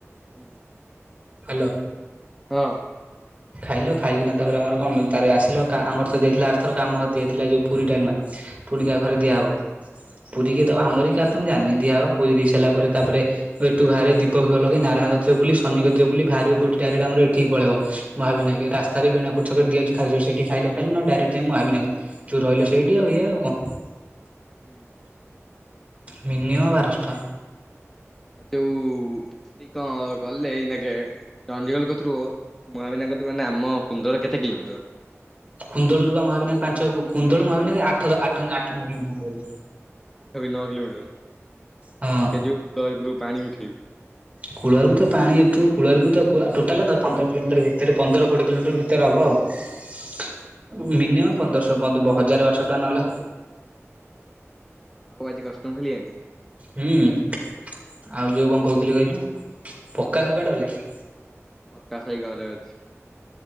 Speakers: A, in the centre; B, on the right.
A: ହୁଁ।
B: ହାଲୋ।
A: ହଁ।
B: ଖାଇଲ ଖାଇକିନା ତାପରେ ଆମର କଣ ତାରେ ଆସିଲ ଆମର ଦିଆହେଇଥିଲା ଅର୍ ଥରକ ଆମ ଘରେ ଦିଆଥିଲା ଯୋଉ ପୁରୀ ଡାଲମା ପୁଣିି କା
A: ହୁଁ
B: ଘରେ ଦିଆହେବ
A: ହୁଁ
B: ପୁରୀ କେ ତ ଆମର କାର ତ ମୁଁ ଜାଣିନି ଦିଆହବ ପୁରୀ ଦେଇ ସାରିଲା ପରେ ତାପରେ ଏଠୁ ବାହାରିବ ଦୀପ ଫିପ ଲଗେଇ ନାରାୟଣ କତିରେ ବୁଲି ଶନି କତିରେ ବୁଲି ଭାରିବ କୋଉଠି ଡାଇରେକ୍ଟ ଆମର ଏଠିକି ପଳେଇବ ମହାବିନାୟକ। ଏ ରାସ୍ତାରେ ବୀଣାକୋଟ ଛକରେ ଦିଆହଉଚି ଖାଉଚି ହେଟି ସେଠି ଖାଇଲୁ-ଖାଇଲୁ ନହେଲେ ଡାଇରେକ୍ଟ ମହାବିନାୟକ ରେ ଯୋଉ ରହିଲୁ ସେଇଠି ଆଉ ଏୟା ଆଉ କଣ।
A: ହୁଁ।
B: ମିନିମମ୍ ବାରଶ ଟଙ୍କା।
A: ଆ ଯୋଉ ଏ କଁ ଗଲେ ଏଇନା କେ? ଚଣ୍ଡିଖୋଲ କତୁରୁ ମହାବିନାୟକ କତୁରୁ ମାନେ ଆମ କୁନ୍ଦର କେତେ କିଲୋମିଟର?
B: କୁନ୍ଦଳରୁ ବା ମହାବିନାୟକ ପାଞ୍ଚ କୁନ୍ଦଳୁ ମୁହାବିନାୟକ ଆଠ ଆଠ ନ କିଲୋମିଟର୍ ହବ।
A: ଆଠ କି ନଅ କିଲୋମିଟର
B: ହଁ
A: ପାଖେ ଯିବୁ କୂଳ ହେପୁର ପାଣି ଉଠାଇବୁ?
B: କୁଳାରୁ ତ ପାଣି ଏଠୁ କୁଳାର୍ ତ ଟୋଟାଲ ପନ୍ଦର କିଲୋମିଟର ଭିତରେ ପନ୍ଦର କୋଡିଏ କିଲୋମିଟର ଭିତରେ ହବ ଆଉ। ମିନିମମ୍ ପନ୍ଦରଶହ ହଜାର ବାରଶ ଟଙ୍କା ନହେଲେ ହବନି।
A: ଆଉ ଆଜି କଷ୍ଟମ୍ ଖେଳିିଆନି?
B: ହୁଁ ଆଉ ଯୋଉ କଣ କହୁଥିଲି କହିଲୁ ପକାଶ କୁଆଡେ ଗଲା କି?
A: ପକାଶ ଏଇ ଘରେ ଅଛି।